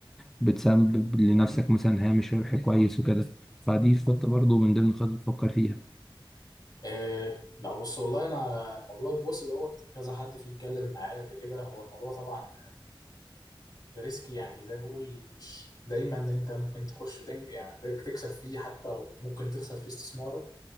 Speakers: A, in the centre; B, on the left (about 50°).
A: بتسبب لنفسك مثلا هامش ربح كويس وكده فدي خطة برضو من ضمن الخطط اللي بفكر فيها
B: إيه لو بص والله انا موضوع البورصه دوت كذا حد فيه اتكلم معايا قبل كده هو الموضوع طبعا ريسكي يعني زي ما بقول مش دايما ان انت ممكن تخش وتنج يعني تك- تكسب فيه حتى ممكن تخسر فيه استثمارك